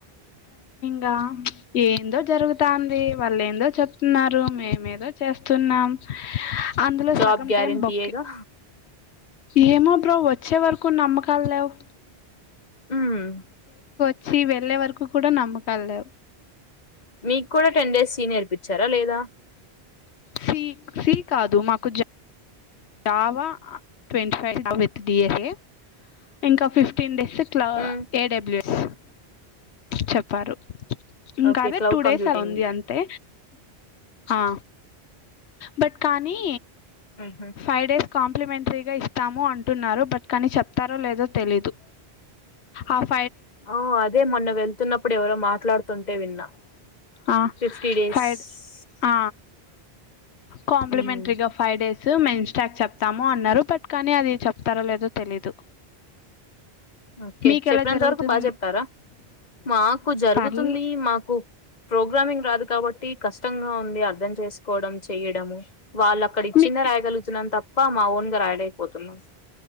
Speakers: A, on the left; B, on the left.
A: రా ఏందో జరుగుతాంది. వాళ్లెందో చెప్తున్నారు. మేమేదో చేస్తున్నాం. అందులో
B: జాబ్
A: సగం
B: గ్యారంటీయేగా
A: టైం బొక్కే. ఏమో బ్రో వచ్చ చ్చే వరకు నమ్మకాల్లేవ్.
B: మ్మ్
A: వచ్చి వెళ్ళే వరకు కూడా నమ్మకాల్లేవు.
B: మీక్కూడా టెన్ డేస్ సి నేర్పిచ్చారా లేదా
A: సి సి కాదు మాకు జ జావా ట్వంటీ ఫైవ్ <unintelligible> ఇంకా ఫిఫ్టీన్ డేస్ క్లా
B: మ్మ్
A: ఏడబల్యూ ఎస్ చెప్పారు. ఇంకా
B: ఓకే
A: అదే
B: క్లౌడ్
A: టూ డేస్
B: కంప్యూటింగ్
A: అలా ఉంది అంతే. హా బట్ కానీ.
B: మ్హూ.
A: ఫై డేస్ కాంప్లిమెంటరీగా ఇస్తాము అంటున్నారు, బట్ కానీ చెప్తారో లేదో తెలీదు. ఆఫ్
B: ఆ అదే మొన్న వెళ్తున్నప్పుడు ఎవరో మాట్లాడుతుంటే విన్నా.
A: ఆ
B: ఫిఫ్టీ డే
A: ఫైవ్
B: స్స్
A: ఆ కాంప్లిమెంట్రీగా
B: మ్మ్
A: ఫైవ్ డేస్. స మేం ఇన్స్టాక్ చెప్తాము అన్నారు, బట్ కానీ అది చెప్తారా లేదో తెలీదు.
B: ఓకే
A: మీకెలా
B: చెప్పే అంత
A: జరుగుతుం
B: వరకు బాగ చెప్పారా. మాకు జరుగుతుందీ
A: పర్ల్
B: మాకు, ప్రోగ్రామింగ్ రాదు కాబట్ట్ టి కష్టంగా ఉంది అర్ధం చేసుకోవడం, చెయ్యడము. వాళ్ళు అక్కడ ఇచ్చిందే
A: మీ
B: రాయగలుగుతున్నాం తప్పా, మా ఓన్గా రాయలేక్ పోతున్నాం.